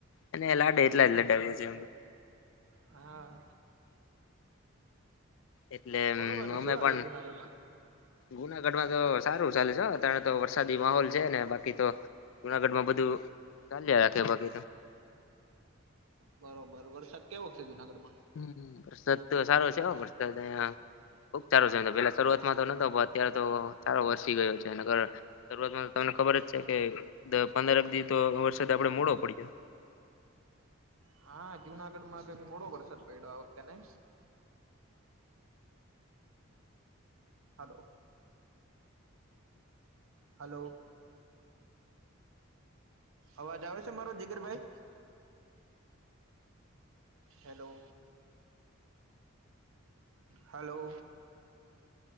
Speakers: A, on the left; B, on the right.
A: અને લાડે
B: હા
A: એટલા
B: એમ
A: જ લડાવ્યા
B: ને
A: છે.
B: હા.
A: એટલે
B: બોલો બાકી
A: અમે
B: શું હાલે
A: પણ
B: જુનાગઢમાં
A: જુનાગઢમાં તો સારું ચાલેચ હો અત્યારે તો વરસાદી માહોલ છે ને બાકી તો જુનાગઢ માં બધું ચાલ્યા રાખે બાકી તો
B: બરોબર વરસાદ કેવોક છે જુનાગઢ માં?
A: હમ્મ, વરસાદ તો સારો છે હો વરસાદ અહીંયા ખુબ સારો <unintelligible> પેલા શરૂઆતમાં તો નતો પણ અત્યારે તો સારો વરસી ગયો છે નકર શરૂઆતમાં તો તમને ખબર જ છે કે દહ પંદર એક દિ તો વરસાદ આપડે મોડો પડ્યો.
B: હા જુનાગઢ માં કાંઈક મોડો વરસાદ પડ્યો આ વખતે નય. હાલો. હલો અવાજ આવે છે મારો જીગરભાઈ હેલો, હલો